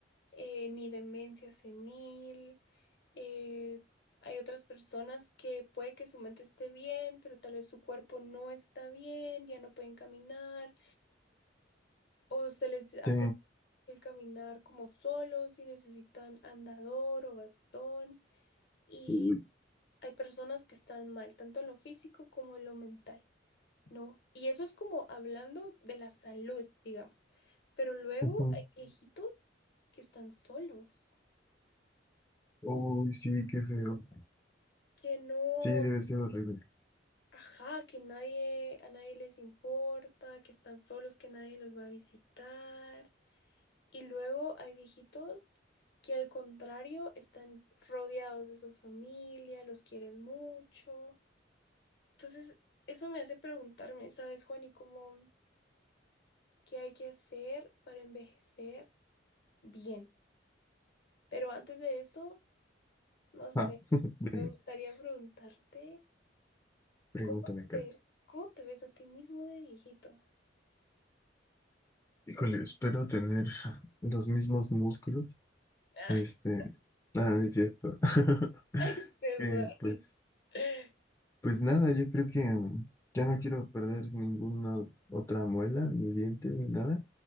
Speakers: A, on the left (about 60°); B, on the left (about 15°).
A: eh, ni demencia senil. eh, hay otras personas que puede que su mente esté bien, pero tal vez su cuerpo no está bien, ya no pueden caminar o se les hace
B: Sí.
A: el caminar como solo, si necesitan andador o bastón. Y
B: Uy,
A: hay personas que están mal, tanto en lo físico como en lo mental, ¿no? Y eso es como hablando de la salud, digamos. Pero luego
B: ujú.
A: hay viejitos que están solos,
B: Uy, sí, qué feo.
A: que no,
B: Sí, debe ser horrible.
A: ajá, que nadie, a nadie les importa, que están solos, que nadie los va a visitar. Y luego hay viejitos que al contrario están rodeados de su familia, los quieren mucho. Entonces, eso me hace preguntarme, ¿sabes, Juan? Y cómo, ¿qué hay que hacer para envejecer bien? Pero antes de eso, no sé,
B: Ajá, <laughs> dime,
A: me gustaría preguntarte,
B: pregúntame,
A: ¿cómo
B: Kat.
A: te, cómo te ves a ti mismo de viejito?
B: Híjole, espero tener los mismos músculos.
A: <laughs>
B: Este, nada, no es cierto. <laughs>
A: Ah, Este
B: Que
A: güey.
B: pues
A: <laughs>
B: Pues nada, yo creo que ya no quiero perder ninguna otra muela, ni diente, ni nada.